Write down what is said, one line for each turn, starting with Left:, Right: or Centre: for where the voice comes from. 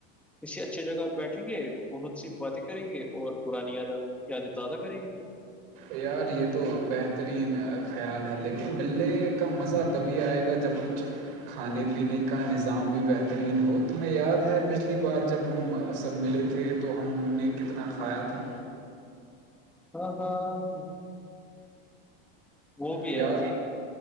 Centre: کسی اچھی جگہ بیٹھیں گے بہت سی باتیں کریں گے اور پرانی یاد یادیں تازہ کریں گے
Right: یار یہ تو بہترین خیال ہے لیکن ملنے کا مزہ تبھی آئے گا جب کچھ کھانے پینے کا نظام بھی بہترین ہو تومیں یاد ہے پچھلی بار جب ہم سب ملے تو تھے تو ہم نے کتنا کھایا تھا
Centre: ہاں ہاں وہ بھی
Right: یار
Centre: ہے